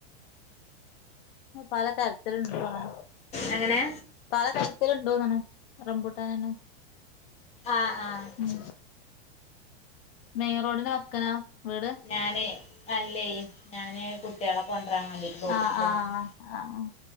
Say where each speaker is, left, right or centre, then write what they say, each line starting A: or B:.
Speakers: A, on the left; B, on the left.
A: പല തരത്തില്ണ്ട് തോന്നണ്
B: എങ്ങനെ
A: പല തരത്തിലുണ്ടോന്നണ് റംമ്പൂട്ടാനെന്നെ
B: ആഹ് ആഹ്
A: ഉം മെയിൻ റോഡിന് വക്കനാ വീട്
B: ഞാനെയ് അല്ലേയ് ഞാന് കുട്ട്യാളെ കൊണ്ടരാൻ വേണ്ടിട്ട് റോട്ട്ക്ക്
A: ആഹ്
B: പോന്ന്ക്കാ
A: ആഹ് ആഹ്